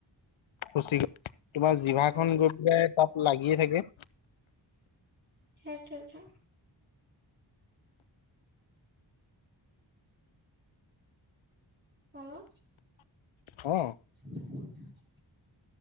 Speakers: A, on the left; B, on the right.
A: খুচি, তোমাৰ জিভা
B: উম
A: খন গৈ পেলাই তাত লাগিয়ে থাকে।
B: সেইটো এ টো হেল্ল'
A: অ'।
B: উ <inaudible>